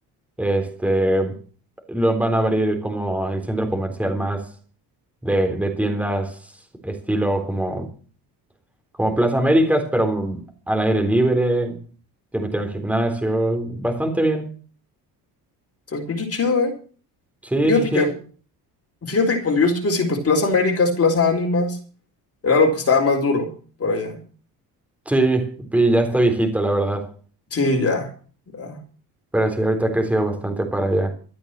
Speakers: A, in the centre; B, on the left (about 40°).
A: Este, lo van a abrir como el centro comercial más de, de tiendas estilo como, como Plaza Américas, pero al aire libre, te metieron gimnasio, bastante bien.
B: Se escucha chido, ¿eh?
A: Sí,
B: Fíjate
A: sí, sí,
B: que, fíjate que cuando yo estuve así, pues Plaza Américas, Plaza Ánimas, era lo que estaba más duro por allá.
A: sí, y ya está viejito, la verdad.
B: Sí, ya, ya.
A: Pero sí, ahorita ha crecido bastante para allá.